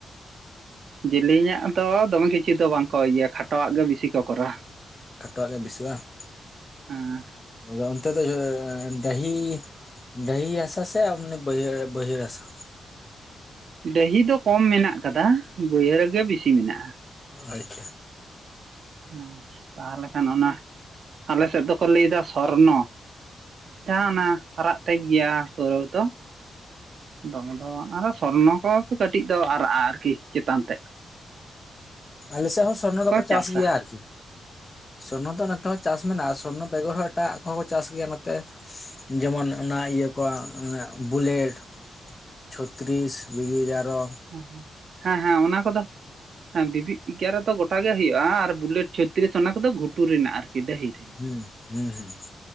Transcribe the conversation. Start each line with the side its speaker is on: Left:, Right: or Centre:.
Right: ᱡᱤᱞᱤᱧᱟᱜ ᱫᱚ ᱫᱚᱢᱮ ᱠᱤᱪᱷᱩ ᱫᱚ ᱵᱟᱝᱠᱚ ᱤᱭᱟᱹ ᱠᱷᱟᱴᱚᱣᱟᱜ ᱜᱮ ᱵᱤᱥᱤ ᱠᱚ ᱠᱚᱨᱟᱣᱟ᱾
Left: ᱠᱷᱟᱴᱚᱣᱟᱜ ᱜᱮ ᱵᱤᱥᱤᱜ ᱵᱟᱝ?
Right: ᱦᱮᱸ
Left: ᱛᱚᱵᱮ ᱚᱱᱛᱮ ᱫᱚ ᱰᱟᱹᱦᱤ ᱰᱟᱹᱦᱤ ᱦᱟᱥᱟ ᱥᱮ ᱢᱟᱱᱮ ᱵᱟᱹᱭ ᱵᱟᱹᱦᱟᱹᱲ ᱦᱟᱥᱟ?
Right: ᱰᱟᱹᱦᱤ ᱫᱚ ᱠᱚᱢ ᱢᱮᱱᱟᱜ ᱟᱠᱟᱫᱟ ᱵᱟᱹᱭᱦᱟᱹᱲ ᱜᱮ ᱵᱤᱥᱤ ᱢᱮᱱᱟᱜᱼᱟ᱾
Left: ᱟᱪᱪᱷᱟ
Right: ᱦᱮᱸ ᱛᱟᱦᱚᱞᱮ ᱠᱷᱟᱱ ᱚᱱᱟ ᱟᱞᱮ ᱥᱮᱫ ᱫᱚᱠᱚ ᱞᱟᱹᱭᱫᱟ ᱥᱚᱨᱱᱚᱼᱼ ᱡᱟᱦᱟᱸ ᱚᱱᱟ ᱦᱟᱨᱟᱜ ᱴᱟᱭᱤᱯ ᱜᱮᱭᱟ ᱦᱩᱨᱩ ᱫᱚᱼᱼ ᱫᱚᱢᱮ ᱫᱚ ᱵᱟᱝ ᱟᱨᱚ ᱥᱚᱨᱱᱚ ᱠᱚ ᱠᱟᱹᱴᱤᱡ ᱫᱚ ᱟᱨᱟᱜᱼᱟ ᱟᱨᱠᱤ ᱪᱮᱛᱟᱱ ᱛᱮᱫᱼᱼ
Left: ᱟᱞᱮ ᱥᱮᱜ ᱦᱚᱸ ᱥᱚᱨᱱᱚ ᱫᱚᱠᱚ ᱪᱟᱥ
Right: ᱪᱟᱥᱟ
Left: ᱜᱮᱭᱟ ᱟᱨᱠᱤ ᱥᱚᱨᱱᱚ ᱫᱚ ᱱᱚᱛᱮ ᱦᱚᱸ ᱪᱟᱥ ᱢᱮᱱᱟᱜᱼᱟ ᱥᱚᱨᱱᱚᱼᱼ ᱵᱮᱜᱚᱨ ᱦᱚᱸ ᱮᱴᱟᱜ ᱠᱚᱦᱚᱸ ᱠᱚ ᱪᱟᱥ ᱜᱮᱭᱟ ᱱᱚᱛᱮ ᱡᱮᱢᱚᱱ ᱚᱱᱟ ᱤᱭᱟᱹ ᱠᱚ ᱵᱩᱞᱮᱴ ᱪᱷᱚᱛᱨᱤᱥ ᱵᱤᱵᱤ ᱮᱜᱟᱨᱚᱼᱼ
Right: ᱦᱮᱸ ᱦᱮᱸ ᱦᱮᱸ ᱚᱱᱟ ᱠᱚᱫᱚ ᱦᱮᱸ ᱵᱤᱵᱤ ᱮᱜᱟᱨᱚ ᱫᱚ ᱜᱚᱴᱟ ᱜᱮ ᱦᱩᱭᱩᱜᱼᱟ ᱟᱨ ᱵᱩᱞᱮᱴ ᱪᱷᱩᱼᱼ ᱵᱷᱤᱛᱤᱨ ᱨᱮ ᱚᱱᱟ ᱠᱚᱫᱚ ᱜᱷᱩᱴᱩᱨ ᱨᱮᱱᱟᱜ ᱟᱨᱠᱤ ᱰᱟᱹᱦᱤ ᱨᱮᱱᱟᱜ
Left: ᱦᱩᱸ ᱦᱩᱸ ᱦᱩᱸ